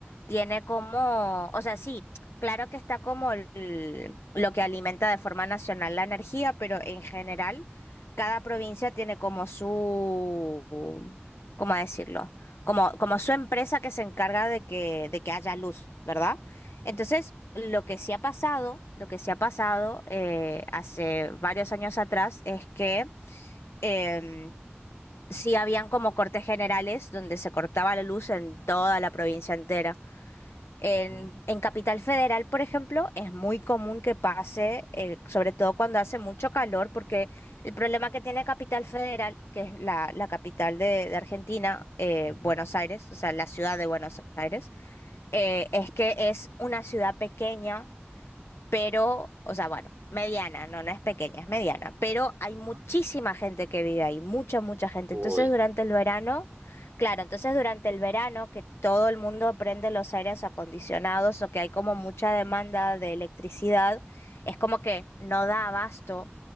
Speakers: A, on the left; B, on the right.
A: tiene como, o sea, sí, claro que está como el- lo que alimenta de forma nacional la energía, pero en general cada provincia tiene como su, ¿cómo decirlo? Como, como su empresa que se encarga de que, de que haya luz, ¿verdad?
B: ujú,
A: Entonces, lo que sí ha pasado, lo que sí ha pasado eh, hace varios años atrás es que em, sí habían como cortes generales donde se cortaba la luz en toda la provincia entera. En,
B: ujú,
A: en Capital Federal, por ejemplo, es muy común que pase, eh, sobre todo cuando hace mucho calor, porque el problema que tiene Capital Federal, que es la, la capital de, de Argentina, eh,
B: ujú,
A: Buenos Aires, o sea, la ciudad de Buenos Aires, eh, es que es una ciudad pequeña pero, o sea, bueno, mediana, no, no es pequeña, es mediana, pero hay
B: ujú.
A: muchísima gente que vive ahí, mucha, mucha gente.
B: Uy.
A: Entonces, durante el verano, claro, entonces durante el verano que todo el mundo prende los aires acondicionados o que hay como mucha demanda de electricidad, es como que no da abasto